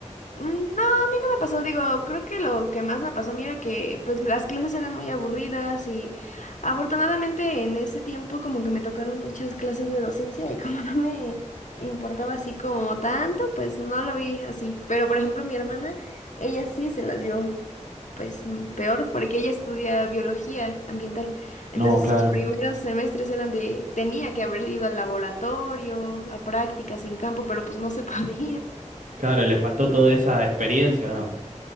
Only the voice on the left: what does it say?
Mm, No, a mí no me pasó, digo, creo que lo que más me pasó a mí era que pues las clases eran muy aburridas y afortunadamente en ese tiempo como que me tocaron muchas clases de docencia y como <laughs> no me importaba así como tanto, pues no lo vi así. Pero por ejemplo mi hermana, ella sí se las vio pues mm, peor, porque ella estudia biología ambiental. Entonces
sus primeros semestres eran de, tenía que haber ido al laboratorio, a prácticas en campo, pero pues no se <laughs> podía.